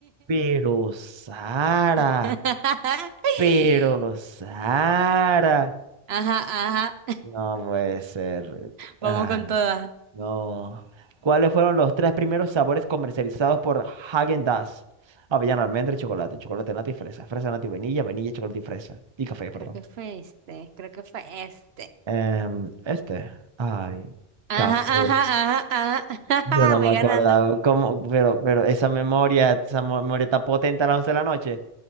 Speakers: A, on the right (about 30°); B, on the right (about 80°).
A: Pero Sara,
B: <laughs>
A: pero Sara.
B: Ajá, ajá.
A: No puede ser.
B: Vamos
A: Ah,
B: con todas.
A: no. ¿Cuáles fueron los tres primeros sabores comercializados por Häagen-Dazs? Avellana, almendra y chocolate. Chocolate, nata y fresa. Fresa, nata y vainilla. Vainilla, chocolate y fresa. Y café, perdón.
B: Creo que fue este. Creo que fue este.
A: Em, este. Ay,
B: Ajá,
A: café.
B: ajá, ajá, ajá. <laughs>
A: Yo no
B: Voy
A: me
B: ganando.
A: acordaba cómo, pero, pero esa memoria, esa mo- memoria está potente a las 11 de la noche.